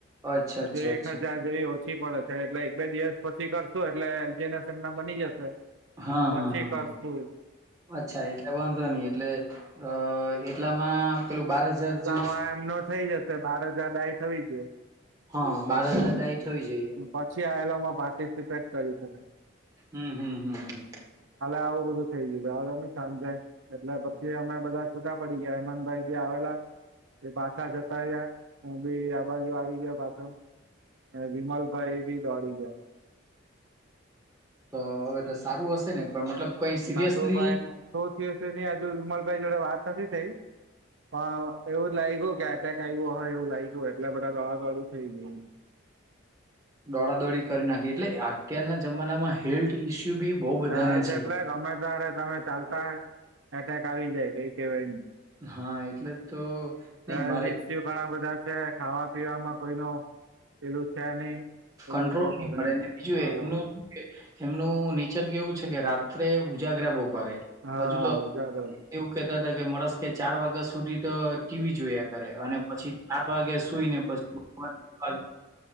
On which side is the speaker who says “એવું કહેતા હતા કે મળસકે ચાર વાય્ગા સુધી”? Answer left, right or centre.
Right